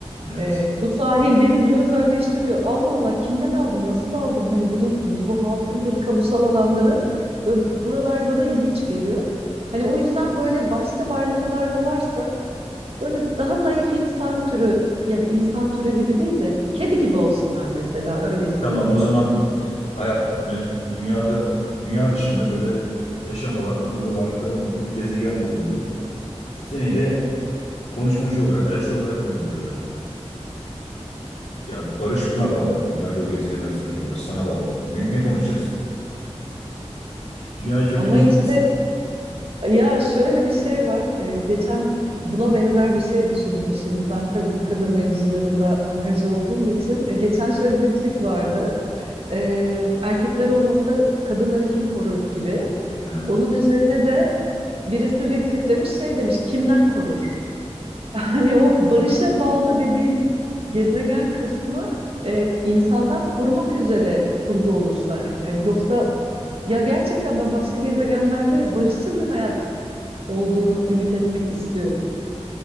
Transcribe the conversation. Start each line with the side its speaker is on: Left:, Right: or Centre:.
Left: Evet.
Right: Ee, bu sahil benim diyor özelleştiriyor. Allah Allah kimden aldın? Nasıl aldın? Hani bunun bu, bu halkındır, kamusal alandırı. Ve buralar bana ilginç geliyor. Hani o yüzden böyle başka varlıklarda varsa böyle daha naif insan türü yani insan türü gibi değil de kedi gibi olsunlar mesela öyle isterim.
Left: Tamam o zaman e, hayat e, dünyada dünya dışında böyle yaşam olan akıllı varlıkların olduğu bir gezegen bulundu. Seni de konuşmacı olarak, elçi olarak gönderiyorlar. Ya barış buna bağlı. Dünya ile o gezegen arasındaki barış sana bağlı. Ne, ne konuşacaksın? Dünyayı kötüleyecek
Right: Ama işte
Left: misin?
Right: ya şöyle bir şey var. Ee, geçen buna benzer bir şey düşündüm şimdi. Ben tabii bu kadın mevzularında angaja olduğum için. e, geçen şöyle bir tweet vardı. e, erkekler olmasa kadınları kim korur gibi.
Left: Ha.
Right: Onun üzerine de birisi retweetlemiş şey demiş kimden korur? <laughs> Hani o barışa bağlı dediğin gezegen kısmı e, insandan korumak üzere kurgu olur sanki. Hani yoksa ya gerçekten ben başka gezegenlerde barışçıl bir hayat olduğunu ümit etmek istiyorum.